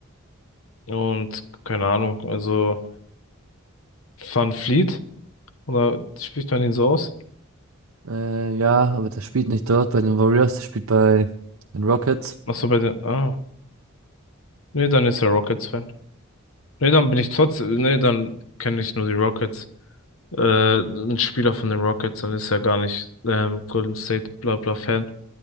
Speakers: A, on the left; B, on the right.
A: und keine Ahnung, also Van Fleet oder spricht man ihn so aus?
B: Äh, ja, aber der spielt nicht dort bei den Warriors, der spielt bei den Rockets.
A: Ach so bei den, ah, nee, dann ist er Rockets-Fan. Nee, dann bin ich trotzdem, nee, dann kenne ich nur die Rockets. Äh, ein Spieler von den Rockets, dann ist er gar nicht ähm, Golden State bla bla Fan,